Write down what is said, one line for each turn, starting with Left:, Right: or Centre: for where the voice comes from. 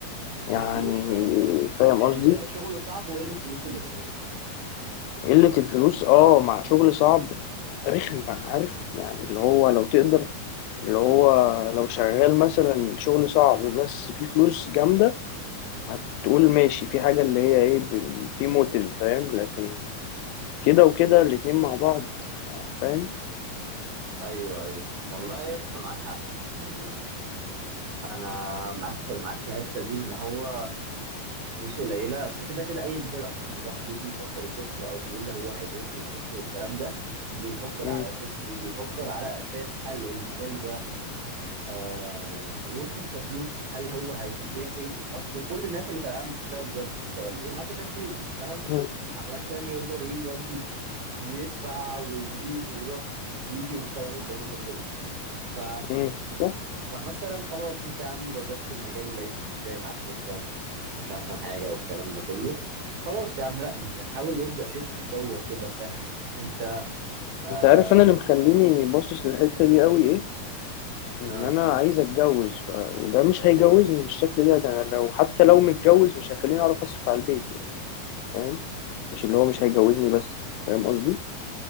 Left: يعني
Right: ما هي دي مشكله برضه
Left: فاهم
Right: يعني
Left: قصدي
Right: انت شغله صعب وقلة فلوسه الاثنين
Left: قلة الفلوس أه مع شغل صعب رخمة عارف يعني اللي هو لو تقدر اللي هو لو شغال مثلا شغل صعب بس فيه فلوس جامدة هتقول ماشي في حاجة اللي هي ايه ب- في موتيف فاهم لكن كده وكده الاتنين مع بعض فاهم
Right: ايوه ايوه والله يا اسطى معاك حق يعني انا معاك في معاك في الحته دي ان هو فلوسه قليله بس كده كده اي مجال اصلا لما الواحد بيجي يفكر يخشه او بيقول لي هو هيدرسه ويخشه والكلام ده بيفكر
Left: مم.
Right: على اساس ايه بيفكر على اساس هل المجال ده آه ورثة كفلوس هل هو هيفيدني يحتاج اصل كل الناس اللي في العالم بتشتغل دلوقتي بتشتغل ليه ما عشان الفلوس فاهم
Left: مم.
Right: علشان يقدر ايه يودي ويدفع ويجيب ويروح ويجي والكلام الجميل ده كله ف...
Left: مم. صح
Right: فمثلا خلاص انت يا عم جربت المجال ولقيته مش جاي معاك سكه ومش مش مش احسن حاجه والكلام ده كله خلاص يا عم لا انت حاول ابدا شفت تدور كده فاهم شوف انت آه...
Left: انت عارف انا اللي مخليني باصص للحتة دي قوي ايه ان
Right: آه...
Left: انا عايز اتجوز ف- وده مش هيجوزني بالشكل ده ده أنا لو حتى لو متجوز مش هيخليني اعرف اصرف على البيت يعني فاهم مش اللي هو مش هيجوزني بس فاهم قصدي